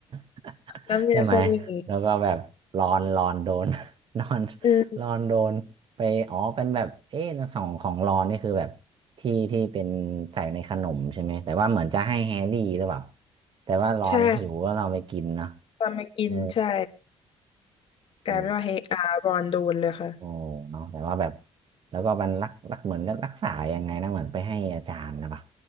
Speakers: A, on the right; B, on the left.
A: <laughs>
B: น้ำยาเสน่ห์
A: ใช่ไหมแล้วก็แบบรอนรอนโดน <laughs> นอน
B: อืม
A: รอนโดนไปอ๋อเป็นแบบเอ๊ะสองของรอนนี่คือแบบที่ที่เป็นใส่ในขนมใช่ไหมแต่ว่าเหมือนจะให้แฮร์รี่หรือเปล่า แต่ว่ารอนหิวก็เราไปกินเนอะ
B: ใช่ตอนมากินใช่
A: เออ
B: กลายเป็นว่าเฮอารอนโดนเลยค่ะ
A: เออโอ้เนาะแต่ว่าแบบแล้วก็มันรักรักเหมือนรักษายังไงนะเหมือนไปให้อาจารย์นะปะ